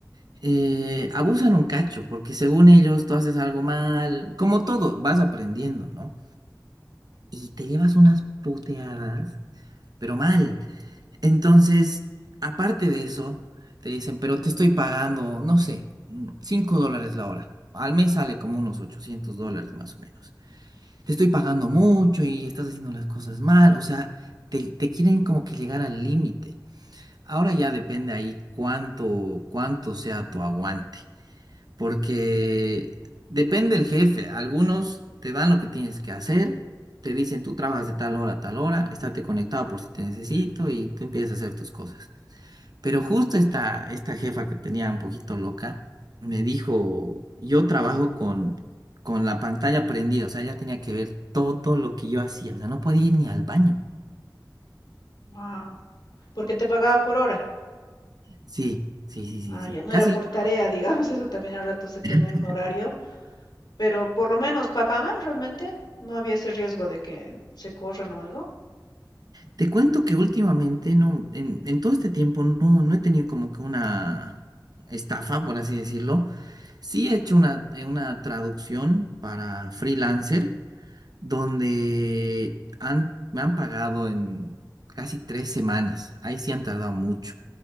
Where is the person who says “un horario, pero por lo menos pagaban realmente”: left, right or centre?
Left